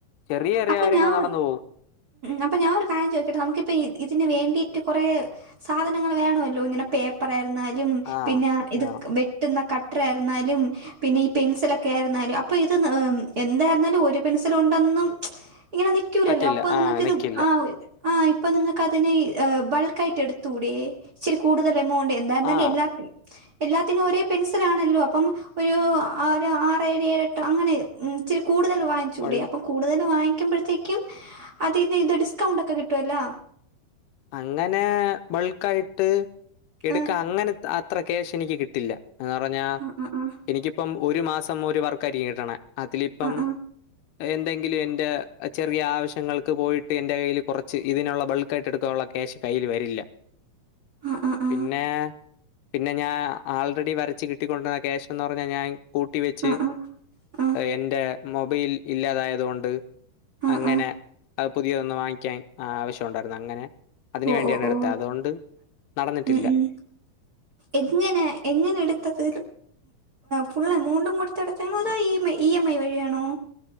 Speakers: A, on the left; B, on the right.
A: ചെറിയ ചെറിയ
B: അപ്പൊ
A: കാര്യങ്ങൾ
B: ഞാൻ ഉ
A: നടന്നു പോകും.
B: അപ്പൊ ഞാൻ ഒരു കാര്യം ചോദിക്കട്ടെ നമുക്കിപ്പ ഇതിന് വേണ്ടിയിട്ട് കുറേ സാധനങ്ങൾ വേണല്ലോ ഇങ്ങനെ പേപ്പർ ന്നാലും
A: ആഹ്
B: പിന്നെ ഇത്
A: ആഹ്
B: വെട്ടുന്ന ക എത്ര ആയിരുന്നാലും പിന്നെ ഈ പെൻസിലൊക്കെ ആയിരുന്നാലും അപ്പൊ ഇത് എന്തായിരുന്നാലും ഒരു പെൻസിൽ ട്ടന്നും ഇങ്ങനെ നിക്കുലല്ലോ
A: പറ്റില്ല
B: അപ്പൊ
A: ആഹ്
B: നിങ്ങൾക്ക ഇത്
A: നിക്കില്ല.
B: ആ ആ ഇപ്പൊ നിങ്ങൾക്ക് അതിനെ ബൾക്കായിട്ട് എടുത്തൂടെേ ഇച്ചി രി കൂടുതൽ എമൗണ്ട് എന്തായിരുന്നാലും
A: ആഹ്
B: എല്ലാത്തി എല്ലാത്തിനും ഒരേ പെൻസലാണല്ലോ അപ്പം ഒരു ഒരു ആറ് ഏഴ് ഏഴെട്ട് അങ്ങനെ കൂടുതൽ വാങ്ങിച്ചൂടെ
A: ബൾ
B: അപ്പം കൂടുതൽ വാങ്ങിക്കുമ്പോഴത്തേക്കും അതിന്ന് ഇത് ഡിസ്കൗണ്ട് ഒക്കെ കിട്ടുവല്ലാ
A: അങ്ങനെ ബൾക്കായിട്ട് എടുക്കാ
B: ആഹ്
A: അങ്ങനെ അത്ര കേശ എനിക്ക് കിട്ടില്ല. എന്ന് പറഞ്ഞാ
B: ആഹ് ആഹ്
A: എനിക്കിപ്പം ഒരുമാസം ഒരു വർക്കായിരിക്കും കിട്ടണെ. അതിലിപ്പം
B: ആഹ്
A: എന്തെങ്കിലും എന്റെ ചെറിയ ആവശ്യങ്ങൾക്ക് പോയിട്ട് എന്റെ കയ്യിൽ കുറച്ച് ഇതിനുള്ള ബൾക്ക് ആയിട്ട് എടു ക്കൊള്ള കേശ് കയ്യിൽ വരില്ല.
B: ആഹ് ആഹ് ആഹ്
A: പിന്നെ പിന്നെ ഞാൻ ആൾറെഡി വരച്ച് കിട്ടിക്കൊണ്ടിരുന്ന ക്യാഷ് എന്ന് പറഞ്ഞാൽ ഞാൻ കൂട്ടി വെച്ച്
B: ആഹ് ആഹ് ആഹ് ആഹ്
A: എന്റെ മൊബൈൽ ഇല്ലാതായതുകൊണ്ട്
B: ആഹ് ആഹ്
A: അങ്ങനെ
B: ആഹ്
A: അത് പുതിയൊന്ന് വാങ്ങി ക്കേം ആവശ്യം ഉണ്ടായിരുന്നു അങ്ങനെ അതിന്
B: ഓ
A: വേണ്ടിയാണ്
B: ഓ
A: എടുത്തത്.
B: ഓ
A: അതുകൊണ്ട് നടന്നിട്ടില്ല.
B: ഉം ഉം എങ്ങനെ എങ്ങനെ എടുത്തത്? ഫുൾ എമൗണ്ടും കൊടുത്ത്ടത്താണോ അതോ E M I E M I വഴിയാണോ?